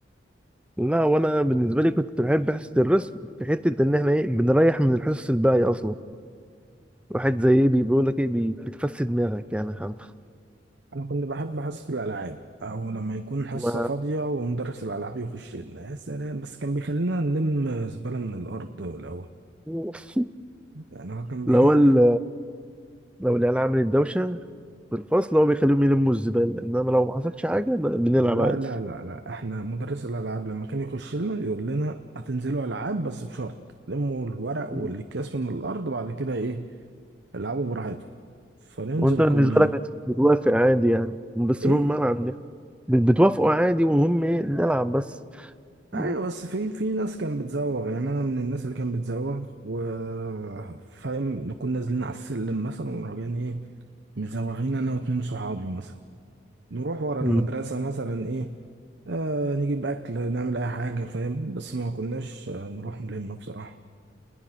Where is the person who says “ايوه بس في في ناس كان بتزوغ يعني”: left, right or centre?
Right